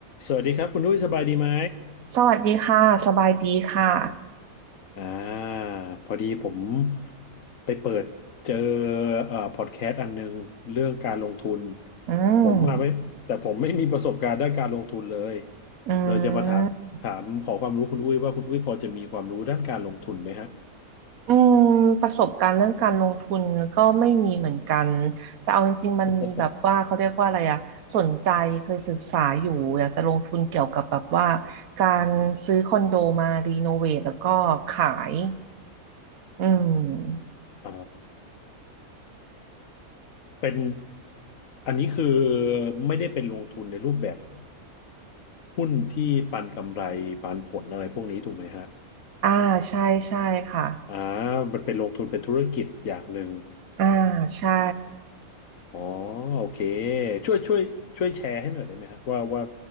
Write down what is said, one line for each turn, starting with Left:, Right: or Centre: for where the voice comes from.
Left: สวัสดีครับคุณดุ้ยสบายดีไหม
Right: สวัสดีค่ะ สบายดีค่ะ
Left: อ่าพอดีผมไปเปิดเจอเอ่อพอดแคสต์อันหนึงเรื่องการลงทุน
Right: อืม
Left: ผมมาไม่แต่ผมไม่มีประสบการณ์ด้านการลงทุนเลย
Right: อื
Left: เลยจะมาถามถามขอความรู้คุณอุ้ยว่าคุณอุ้ยพอจะมีความรู้ด้านการลงทุนไหมฮะ
Right: ม อืม ประสบการณ์เรื่องการลงทุนก็ไม่มีเหมือนกัน แต่เอาจริงๆมันมีแบบว่าเขาเรียกว่าอะไรอะสนใจเคยศึกษาอยู่อยากจะลงทุนเกี่ยวกับแบบว่า
Left: <laughs>
Right: การซื้อคอนโดมารีโนเวทแล้วก็ขาย อืม
Left: อ่าเป็นอันนี้คือไม่ได้เป็นลงทุนในรูปแบบหุ้นที่ปันกำไรปันผลอะไรพวกนี้ถูกไหมฮะ
Right: อ่าใช่ใช่ค่ะ
Left: อ่ามันเป็นลงทุนเป็นธุรกิจอย่างหนึ่ง
Right: อ่าใช่
Left: อ๋อโอเคช่วยช่วยช่วยแชร์ให้หน่อยได้ไหมฮะว่าว่า